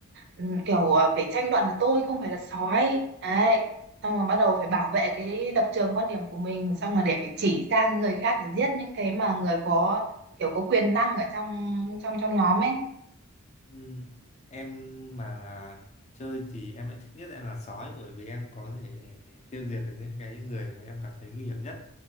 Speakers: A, on the right; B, on the left.
A: ừm, kiểu à, phải tranh luận là tôi không phải là sói đấy xong rồi bắt đầu phải bảo vệ cái lập trường quan điểm của mình xong rồi để phải chỉ sang người khác để giết những cái mà người có kiểu có quyền năng ở trong trong trong nhóm ấy
B: Ừ. Em mà là chơi thì em lại thích nhất em là sói bởi vì em có thể tiêu diệt được những cái người mà em cảm thấy nguy hiểm nhất.